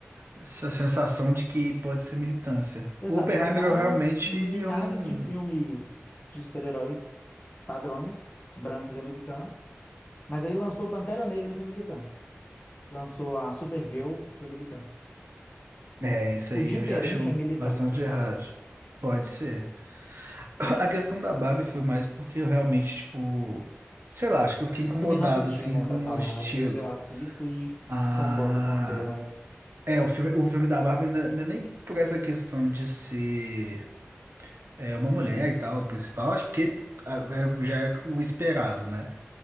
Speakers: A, on the right; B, on the left.
A: essa sensação de que pode ser militância.
B: Exato,
A: O Oppenheimer,
B: lançaram
A: eu realmente,
B: milhares
A: eu não...
B: de filmes de super-heróis padrões, brancos e americanos, mas aí lançou Pantera Negra foi militância, lançou a Supergirl foi militância.
A: É, isso
B: O
A: aí
B: diferente
A: eu já acho
B: é militância,
A: bastante
B: sabe?
A: errado. Pode ser. A questão da Barbie foi mais porque eu realmente, tipo, sei lá, acho que eu fiquei
B: Eu
A: incomodado
B: também não assisti,
A: assim
B: né,
A: com
B: pra falar.
A: o estilo.
B: Às vezes eu assisto e
A: Ah,
B: concordo com você, né?
A: é, o filme, o filme da Barbie não é não é nem por essa questão de ser é, uma mulher e tal, o principal, acho porque ah, é- já é o esperado, né?